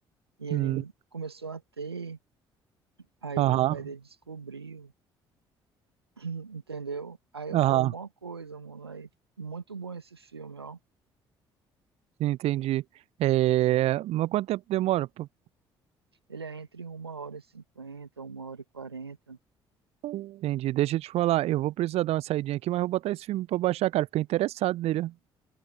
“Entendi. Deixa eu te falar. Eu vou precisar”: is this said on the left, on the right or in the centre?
Right